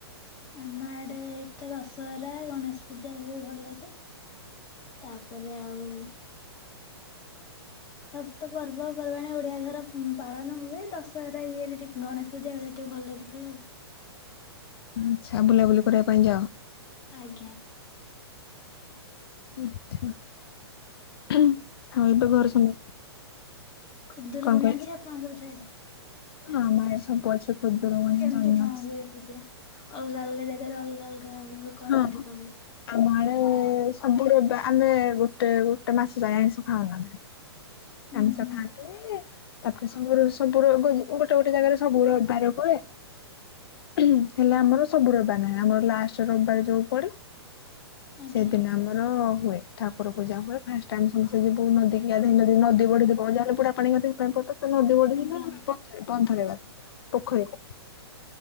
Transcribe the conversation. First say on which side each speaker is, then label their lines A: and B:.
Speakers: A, on the left; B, on the left.
A: ଆମ ଆଡେ ଏଇଟା ଦଶହରା, ଗଣେଶ ପୂଜା ହୁଏ ଭଲରେ। ତାପରେ ଆଉ ସପ୍ତ ପର୍ବ ପର୍ବାଣୀ ଓଡିଆ ଘର ପାଳନ ହୁଏ ଦଶହରା ଇଏରେ ଟିକେ ଗଣେଶ ପୂଜା ବେଳେ ଟିକେ ଭଲରେ ହୁଏ ଆଉ।
B: ଆଚ୍ଛା ବୁଲାବୁଲି କରିବା ପାଇଁ ଯାଅ?
A: ଆଜ୍ଞା।
B: ଆଛା ଆଉ ଏବେ ଘରେ ସମସ୍ତେ
A: ଖୁଦରୁ
B: କଣ
A: କୁଣି
B: କହିଲେ?
A: ଅଛି, ଆପଣଙ୍କର ସିଆଡେ?
B: ହଁ ଆମ ଆଡେ ସବୁ ଅଛି। ଖୁଦୁରୁକୁଣୀ
A: ଆଉ କେମିତି
B: ଜହ୍ନି
A: କଣ
B: ଓଷା
A: ହୁଏ ପୂଜା? ଅଲଗା ଅଲଗା ଜାଗାରେ ଅଲଗା ଅଲଗା କରନ୍ତି
B: ହଁ
A: ସବୁ।
B: ଆମ ଆଡେ ସବୁ ର ଆମେ ଗୋଟେ ଗୋଟେ ମାସ ଯାଏଁ ଆଇଁଷ ଖାଉନା।
A: ହୁଁ
B: ଆମିଷ
A: ହୁଁ
B: ଖାଆନ୍ତିନି ତାପରେ ସବୁ ସବୁର ଗୋଟେ ଗୋଟେ ଜାଗାରେ ସବୁର ବାର ପଡ଼େ।
A: ହ
B: ହୁଁ ହେଲେ ଆମର ସବୁ ରବିବାର ନାହିଁ ଆମର ଲାଷ୍ଟ ରବିବାର ଯୋଉ ପଡେ
A: ଆଜ୍ଞା
B: ସେଦିନ ଆମର ହୁଏ, ଠାକୁର ପୂଜା ହୁଏ ଫାଷ୍ଟ ଆମେ ସମସ୍ତେ ଯିବୁ ନଦୀ କିି ଗାଧୋଇବା ନଦୀ ବଢି ଥିବ, ଯାହାବି ହେଲେ ବୁଡ଼ ପଡ଼ି ଗାଧେଇବା ପାଇଁ ପ ଯଦି ନଦୀ ବଢି
A: ଆଜ୍ଞା
B: ହେଲା ଆମେ ବଧ ବନ୍ଧ ରେ ଗାଧଉ ପୋଖରୀ କୁ